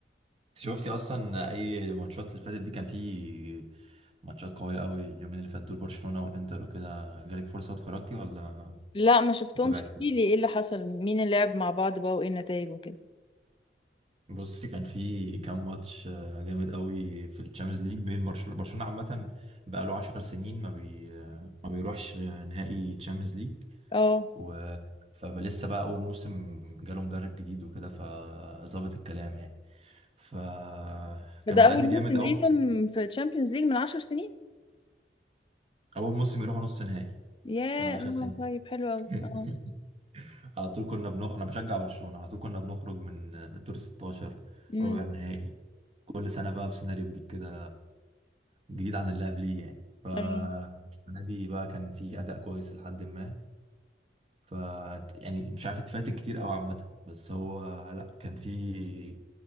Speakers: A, on the right; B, on the left.
A: انت شفتي أصلا أي ماتشات اللي فاتت دي كان في ماتشات قوية قوي اليومين اللي فاتوا دول برشلونة والإنتر وكده جالك فرصة اتفرجتي ولا
B: لا ما شفتهمش
A: تابعتي؟
B: احكيلي ايه اللي حصل مين اللي لعب مع بعض بقى وايه النتائج وكده
A: بصي كان في كام ماتش آه، جامد قوي في الشامبيونز ليج بين برشلونة برشلونة عامة بقاله 10 سنين ما بي ما بيروحش نهائي تشامبيونز ليج
B: اه
A: و فلسه بقى اول موسم جاله مدرب جديد وكده فظابط الكلام يعني فكان
B: فده
A: مأدي
B: اول
A: جامد
B: موسم
A: اول
B: ليهم في تشامبيونز ليج من عشر سنين
A: اول موسم يروح نص نهائي
B: ياه
A: من 10
B: اه
A: سنين
B: طيب حلو قوي
A: <laughs>
B: اه
A: على طول كنا بنخرج انا بشجع برشلونة على طول كنا بنخرج من دور 16
B: امم
A: ربع النهائي كل سنة بقى بسيناريو جديد كده جديد عن اللي قبليه يعني فالسنة
B: أيوة.
A: دي بقى كان في أداء كويس لحد ما ف يعني مش عارف اتفاتك كتير قوي عامة بس هو لا كان في